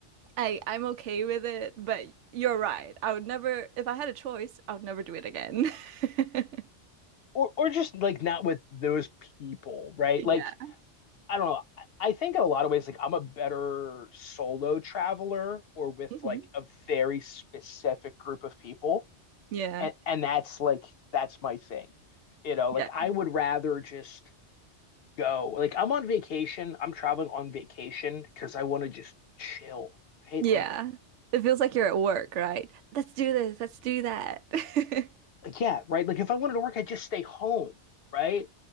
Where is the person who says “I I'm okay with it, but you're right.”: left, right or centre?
Right